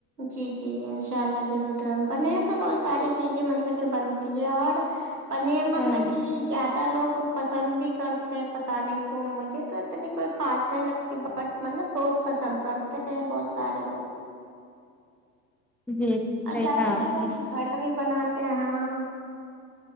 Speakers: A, on the right; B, in the centre.
A: جی جی انشاء اللہ ضرور ٹرائی پنیر بہت ساری چیزیں مطلب کہ بنتی ہے اور پنیر مطلب
B: ہاں
A: کی زیادہ تر لوگ پسند بھی کرتے ہیں پتا نہیں کیوں مجھے تو اتنی کوئی خاص نہیں لگتی بٹ مطلب بہت پسند کرتے ہیں بہت سارے لوگ
B: جی جی صحیح
A: اور زیادہ
B: کہا آپ
A: تر
B: نے
A: گھڑا بھی بناتے ہیں ہاں